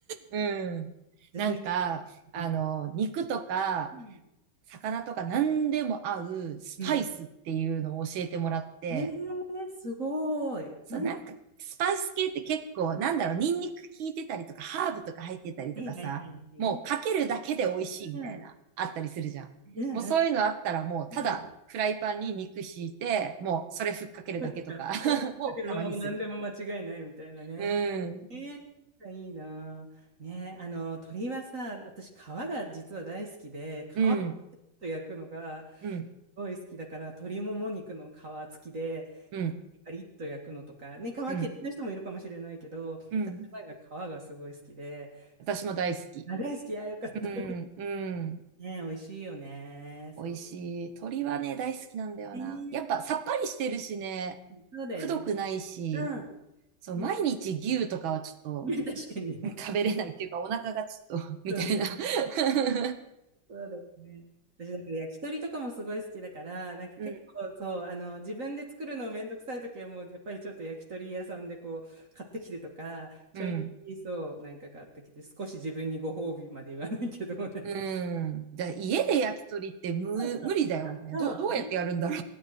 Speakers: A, on the right; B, on the right.
A: うん。
B: 私ね、
A: なんか、あの、
B: うん。
A: 肉とか、
B: うん
A: 魚とか何でも合うスパイスっていうのを教えてもらって、
B: うん。えー、すごい。
A: そう、
B: なんか、
A: なんか、スパイス系って結構、なんだろう、ニンニク効いてたりとか、ハーブとか入ってたりとかさ、
B: はいはいはいはい。
A: もうかけるだけで美味しいみたいな、
B: いいな。
A: あったりするじゃん。
B: うんうん
A: もうそういうのあったらもう、ただ、
B: うん。
A: フライパンに肉敷いて、もうそれふっかけるだけとか
B: そっか。それだけどもう何でも間違いないみたいなね。
A: <laughs> もたまにする。うん、
B: えー、いいなぁ。ね、あの、鶏はさ、私、皮が実は大好きで、皮をちょっ
A: うん、
B: と焼くのが、
A: うん、
B: ごい好きだから、鶏もも肉の皮付きで、
A: うん、
B: なんかパリッと焼くのとか、ね、皮嫌いな人もいるかもしれないけど、
A: うん、うん。
B: 私の前が皮がすごい好きで、
A: 私も大好き。
B: そう、あ、大好き、あ、よかった。
A: うん、うん。
B: ね、美味しいよね。そう。
A: 美味しい。鶏はね、大好きなんだよな。
B: えー、
A: やっぱさっぱりしてるしね、
B: そうだよね。
A: くどくないし、
B: うん。
A: そう、
B: <laughs>
A: 毎日牛とかはちょ
B: ね、確かにね。
A: っと食べれないっていうか、お腹がちょっと <laughs> みたいな
B: そうね
A: <laughs>
B: そうだね。私、なんから焼き鳥とかもすごい好きだから、なんか結構そう、
A: うん、
B: あの、自分で作るのめんどくさい時はもう、やっぱりちょっと焼き鳥屋さんでこう、買ってきてとか、ちょいちょいそう、
A: うん、
B: なんか買ってきて、少し自分にご褒美まで言わないけど、<laughs> なんか、
A: うん。じゃあ、家で焼き鳥って無、
B: そうそう
A: 無理だよね。
B: そうね
A: どう、どうやってやるんだろ